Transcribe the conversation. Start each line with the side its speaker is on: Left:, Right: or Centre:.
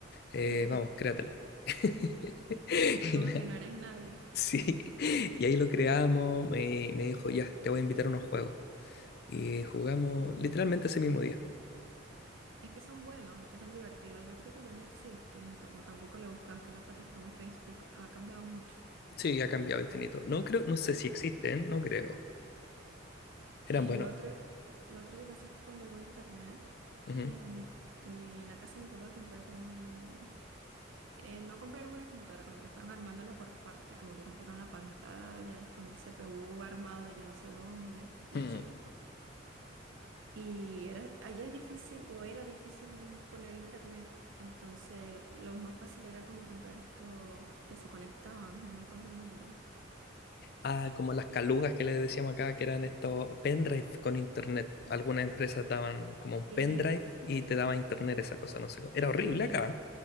Left: Eh,
Right: <laughs>
Left: vamos, créatelo. <laughs>
Right: Como
Left: Y la-
Right: que no eres nadie.
Left: sí, y ahí lo creamos, me, me dijo, ya, te voy a invitar a unos juegos. Y jugamos literalmente ese mismo día.
Right: Es que son buenos, eran divertidos. Yo creo que ya no existen, t- o tampoco le buscas, que la plataforma de Facebook ha cambiado mucho.
Left: Sí, ha cambiado infinito. No creo, no sé si existen, no creo. Eran
Right: El
Left: buenos.
Right: otro, lo otro que pasó fue cuando hubo internet.
Left: Ujú.
Right: eh, mi, mi- en la casa de mi papá compraron, eh, no compraron una computadora, como que fueron armándola por parte, como que compraron la pantalla, después el CPU armado de yo no sé dónde, y
Left: Mm.
Right: así. Y era, allá es difícil o era difícil poner internet, entonces lo más fácil era como comprar estos que se conectaban, no me acuerdo el nombre.
Left: Ah,
Right: eh,
Left: como las calugas que le decíamos acá, que eran estos pendrive con internet. Algunas empresas daban como un
Right: y
Left: pendrive y te daba internet esa cosa, no sé. cómo. Era horrible
Right: el de,
Left: acá.